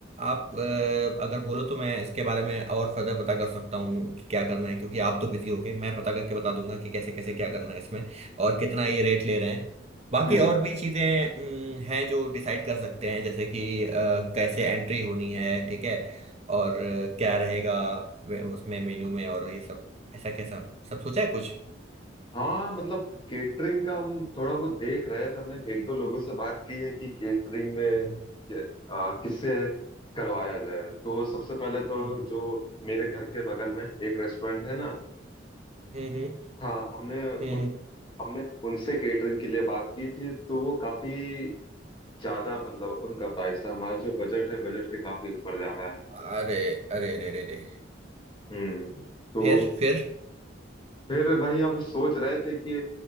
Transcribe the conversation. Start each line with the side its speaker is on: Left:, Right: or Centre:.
Right: आप अ, अगर बोलो तो मैं इसके बारे में और फर्दर पता कर सकता हूँ कि क्या करना है क्योंकि आप तो बिजी होगे मैं पता करके बता दूंगा कि कैसे कैसे क्या करना है इसमें और कितना ये रेट ले रहे हैं बाकी
Left: हम्म
Right: और भी चीज़ें अम, हैं जो डिसाइड कर सकते हैं जैसे कि अ, कैसे एंट्री होनी है ठीक है और अ, क्या रहेगा वे- उसमें मेन्यू में और ये सब ऐसा कैसा सब सोचा है कुछ
Left: हाँ मतलब केटरिंग का हम थोड़ा वो देख रहे थे हमने एक दो लोगों से बात की है कि केटरिंग में
Right: हम्म
Left: के- आ, किससे करवाया जाए तो सबसे पहले तो
Right: हम्म
Left: जो मेरे घर के बगल में एक रेस्टोरेंट है ना
Right: हम्म
Left: हाँ हमने
Right: हम्म
Left: उन,
Right: हम्म,
Left: हमने उनसे केटरिंग के लिए बात की थी तो वो काफी ज्यादा मतलब उनका प्राइस था हमारा जो बजट है बजट के काफी ऊपर जा रहा है
Right: अरे अरे अरे अरे अरे।
Left: हम्म तो
Right: फिर फिर
Left: फिर वही अब सोच रहे थे कि